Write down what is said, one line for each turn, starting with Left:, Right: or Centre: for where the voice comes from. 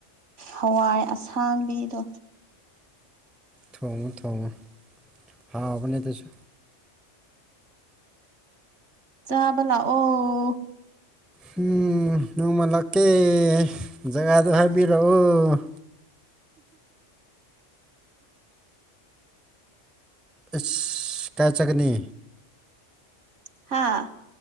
Right: ꯍꯋꯥꯏ ꯑꯁꯥꯡꯕꯤꯗꯣ
Centre: ꯊꯣꯡꯉꯨ ꯊꯣꯡꯉꯨ ꯍꯥꯎꯕꯅꯦ ꯑꯗꯨꯁꯨ
Right: ꯆꯕ ꯂꯥꯛ ꯑꯣ
Centre: ꯍꯨꯝ ꯅꯣꯡꯃ ꯂꯥꯛꯀꯦ ꯖꯒꯥꯗꯨ ꯍꯥꯏꯕꯤꯔꯛꯑꯣ ꯑꯁ ꯀꯥꯏꯆꯥꯒꯅꯤ
Right: ꯍꯥꯥ